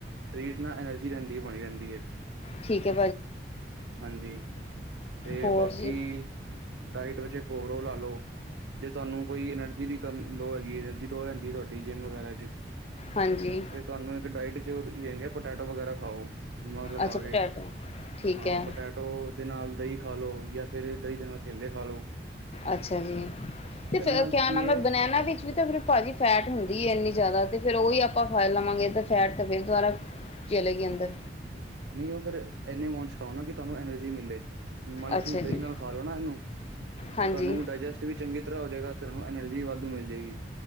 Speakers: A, on the right; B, on the left.
A: ਸਰੀਰ ਨਾਲ ਐਨਰਜੀ ਰਹਿੰਦੀ ਬਣੀ ਰਹਿੰਦੀ ਐ
B: ਠੀਕ ਏ
A: ਹਾਂਜੀ ਤੇ
B: ਹੋਰ
A: ਬਾਕੀ
B: ਜੀ
A: ਡਾਇਟ ਵਿੱਚ ਕੋਰੋ ਲਾਲੋ ਜੇ ਤੁਹਾਨੂੰ ਕੋਈ ਐਨਰਜੀ ਦੀ ਕਮ ਲੋਹ ਹੈਗੀ ਟੋਹ ਰਹਿੰਦੀ ਏ। ਤੁਹਾਡੀ ਜਿੰਮ ਵਗੈਰਾ ਚ
B: ਹਾਂਜੀ।
A: ਤੇ ਤੁਹਾਨੂੰ ਇੱਕ ਡਾਇਟ 'ਚ ਦਿੰਦੀ ਆ। ਪਟੈਟੋ ਵਗੈਰਾ ਖਾਓ। ਨਮਕ ਲਗਾ
B: ਅੱਛਾ ਪਟੈਟੋ
A: ਕੇ
B: ਠੀਕ
A: ਹਾਂ
B: ਹੈ।
A: ਪਟਾ- ਦੇ ਦਹੀਂ ਖਾਲੋ ਜਾਂ ਫਿਰ ਦਹੀਂ ਦੇ ਨਾਲ ਕੇਲੇ ਖਾਲੋ।
B: ਅੱਛਾ ਜੀ ਤੇ ਫਿਰ
A: ਨਾਲ
B: ਕਿਆ
A: ਕੀ
B: ਨਾਮ।
A: ਹੈ
B: ਬਨੈਨਾ ਵਿੱਚ ਵੀ ਤਾਂ ਫਿਰ ਭਾਜੀ ਫੈਟ ਹੁੰਦੀ ਏ ਇੰਨੀ ਜ਼ਿਆਦਾ ਤੇ ਫਿਰ ਉਹੀ ਆਪਾਂ ਖਾ ਲਵਾਂਗੇ ਤੇ ਫੈਟ ਤਾਂ ਫਿਰ ਦੁਬਾਰਾ ਚਲੇ ਗਏ ਅੰਦਰ।
A: ਨਹੀਂ ਫਿਰ ਇੰਨੇ ਅਮਾਊਟ ਚ ਖਾਓ ਨਾ। ਕਿ ਤੁਹਾਨੂੰ ਐਨਰਜੀ ਮਿਲੇ। ਮੰਨ ਲਓ
B: ਅੱਛਾ
A: ਤੁਸੀਂ
B: ਜੀ
A: ਦਹੀਂ ਨਾਲ ਖਾ ਲਓ ਨਾ ਇਹਨੂੰ
B: ਹਾਂਜੀ।
A: ਤੇ ਤੁਹਾਨੂੰ ਡਾਇਜੈਸਟ ਵੀ ਚੰਗੀ ਤਰ੍ਹਾਂ ਹੋ ਜਾਵੇਗਾ ਅਤੇ ਤੁਹਾਨੂੰ ਐਨਰਜੀ ਵੀ ਵਾਧੂ ਮਿਲ ਜਾਏਗੀ।